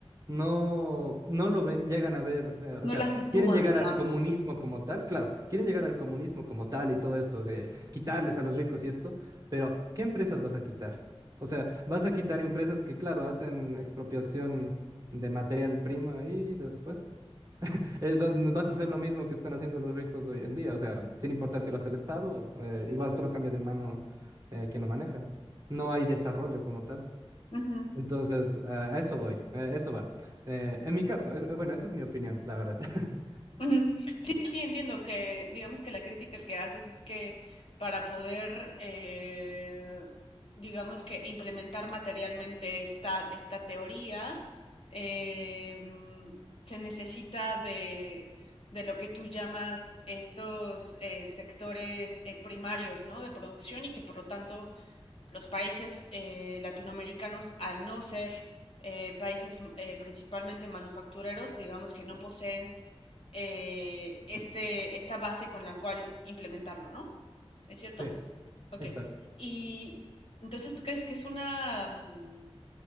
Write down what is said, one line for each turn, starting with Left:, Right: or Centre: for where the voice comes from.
Right: no, no lo ven, llegan a ver, eh,
Left: no
Right: o sea,
Left: la sitúan,
Right: quieren llegar
Left: digamos.
Right: al comunismo como tal, claro, quieren llegar al comunismo como tal y todo esto de quitarles a los ricos y esto, pero ¿qué empresas vas a quitar? O sea, vas a quitar empresas que, claro, hacen expropiación de material prima y después eh, va- vas a hacer lo mismo que están haciendo los ricos de hoy en día, o sea, sin importar si lo hace el Estado, eh, igual solo cambia de mano eh, quien lo maneja. No hay desarrollo como tal.
Left: Ujú,
Right: Entonces, eh, a eso voy, eh, eso va. Eh, en mi caso, eh, bueno, esa es mi opinión, la verdad. <laughs>
Left: ujú. Sí, sí, sí, entiendo que, digamos que la crítica que haces es que para poder, eh, digamos que implementar materialmente esta, esta teoría, eh, mm, se necesita de, de lo que tú llamas estos eh, sectores eh, primarios, ¿no? De producción y que por lo tanto los países eh, latinoamericanos, al no ser eh, países mm, eh, principalmente manufactureros, digamos que no poseen eh, este, esta base con la cual implementarlo, ¿no? ¿Es cierto?
Right: Sí,
Left: Ok.
Right: exacto.
Left: Y entonces, ¿tú crees que es una um,